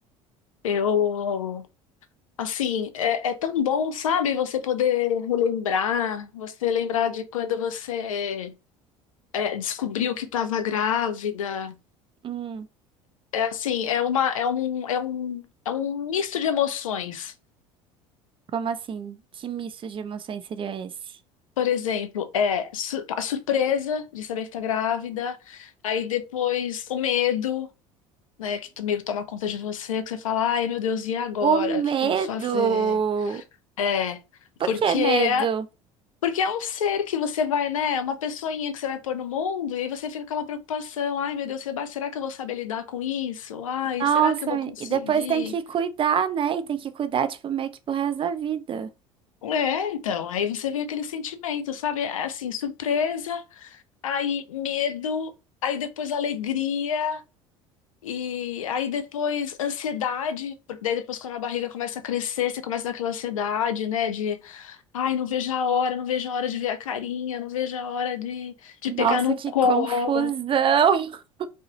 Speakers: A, on the left; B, on the right.
A: Eu. Assim, é, é tão bom, sabe? Você poder relembrar, você lembrar de quando você é, descobriu que estava grávida.
B: Hum,
A: É assim, é uma, é um, é um, é um misto de emoções.
B: como assim? Que misto de emoções seria esse?
A: Por exemplo, é su- a surpresa de saber que tá grávida, aí depois o medo, né, que o medo toma conta de você, que você fala, ai meu Deus, e agora?
B: O medo!
A: O que que eu vou fazer? É,
B: Por
A: porque
B: que
A: é,
B: medo?
A: porque é um ser que você vai, né, é uma pessoinha que você vai pôr no mundo, e aí você fica com aquela preocupação, ai meu Deus, será será que eu vou saber lidar com isso? Ai,
B: Nossa,
A: será que eu vou conseguir?
B: e depois tem que cuidar, né? E tem que cuidar, tipo, meio que pro resto da vida.
A: É, então, aí você vem aquele sentimento, sabe? É Assim, surpresa, aí medo, aí depois alegria, e aí depois ansiedade, porque daí depois quando a barriga começa a crescer, você começa naquela ansiedade, né? De, ai, não vejo a hora, não vejo a hora de ver a carinha, não vejo a hora de, de
B: Nossa,
A: pegar no
B: que
A: colo.
B: confusão! <laughs>